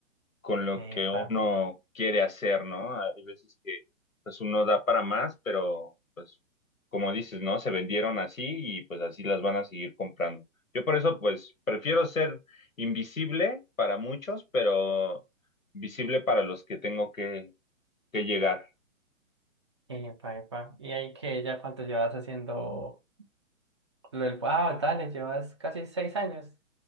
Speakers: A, on the left; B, on the right.
A: con lo
B: Epa,
A: que uno
B: sí,
A: quiere hacer, ¿no? Hay veces que pues uno da para más, pero pues como dices, ¿no? Se vendieron así y pues así las van a seguir comprando. Yo por eso pues prefiero ser invisible para muchos, pero visible para los que tengo que, que llegar.
B: epa, epa. Y ahí que ya cuánto llevas haciendo lo del, wow, dale, llevas casi seis años.